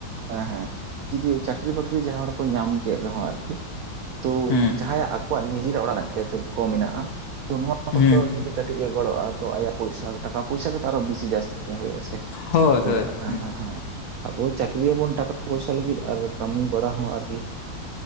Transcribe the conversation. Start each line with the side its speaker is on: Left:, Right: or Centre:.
Right: ᱦᱮᱸ, ᱦᱮᱸ ᱡᱩᱫᱤ ᱪᱟᱹᱠᱨᱤ ᱵᱟᱹᱠᱨᱤ ᱡᱟᱦᱟᱭ ᱦᱚᱲ ᱠᱚ ᱧᱟᱢ ᱠᱮᱫ ᱨᱮᱦᱚᱸ ᱟᱨᱠᱤ᱾ ᱛᱚ
Left: ᱦᱩᱸ
Right: ᱡᱟᱦᱟᱭ ᱟᱜ ᱟᱠᱚᱣᱟᱜ ᱱᱤᱡᱮᱨᱟᱜ ᱚᱲᱟᱜ ᱨᱮᱱᱟᱜ ᱠᱷᱮᱛ ᱠᱚ ᱢᱮᱱᱟᱜ-ᱟ᱾ ᱛᱚ ᱱᱚᱣᱟ
Left: ᱦᱩᱸ
Right: ᱠᱚᱨᱮ ᱫᱚ ᱡᱩᱫᱤ ᱠᱟᱹᱴᱤᱡ ᱮ ᱜᱚᱲᱚᱜ-ᱟ ᱛᱚ ᱟᱭᱟᱜ ᱯᱚᱭᱥᱟᱹ ᱴᱟᱠᱟ ᱯᱚᱭᱥᱟᱹ ᱜᱮ ᱛᱚ ᱟᱨᱚ ᱵᱤᱥᱤ ᱡᱟᱹᱥᱛᱤ ᱧᱚᱜ ᱦᱳᱭᱳᱜ-ᱟ ᱥᱮ
Left: ᱦᱳᱭ
Right: ᱛᱚ
Left: ᱦᱳᱭ
Right: ᱦᱮᱸ
Left: ᱦᱩᱸ
Right: ᱦᱮᱸ᱾ ᱦᱮᱸ ᱟᱵᱚ ᱪᱟᱹᱠᱨᱤᱭᱟ ᱵᱚᱱ ᱴᱟᱠᱟ ᱯᱚᱭᱥᱟ ᱞᱟᱹᱜᱤᱫ ᱟᱨ ᱠᱟᱹᱢᱤ ᱵᱟᱲᱟ ᱦᱚᱸ ᱟᱨᱠᱤ